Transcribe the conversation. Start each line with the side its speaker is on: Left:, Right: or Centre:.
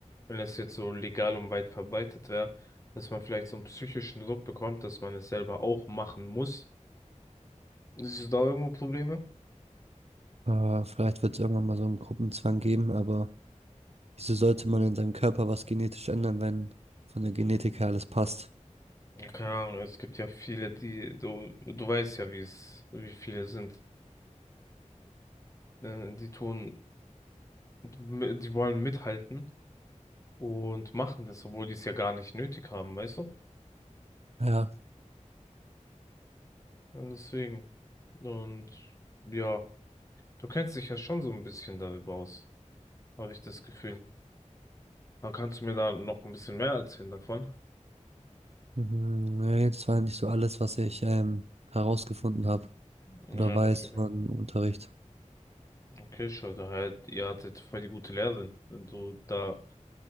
Left: wenn es jetzt so legal und weit verbreitet wäre, dass man vielleicht so einen psychischen Druck bekommt, dass man es selber auch machen muss. Siehst du da irgendwo Probleme?
Right: Äh, vielleicht wird es irgendwann mal so einen Gruppenzwang geben, aber wieso sollte man in seinem Körper was genetisch ändern, wenn von der Genetik her alles passt?
Left: Ja, Keine Ahnung, es gibt ja viele, die, du, du weißt ja, wie es, wie viele sind, äh, die tun, die wollen mithalten. und machen das, obwohl die es ja gar nicht nötig haben, weißt du?
Right: Ja,
Left: Und deswegen. Und ja, du kennst dich ja schon so ein bisschen darüber aus, habe ich das Gefühl. Aber kannst du mir da noch ein bisschen mehr erzählen davon?
Right: mhm, nee, das war nicht so alles, was ich ähm, herausgefunden habe
Left: Ja,
Right: oder weiß
Left: okay, okay.
Right: von Unterricht.
Left: Okay, schau, da halt, ihr hattet voll die gute Lehrerin, wenn du da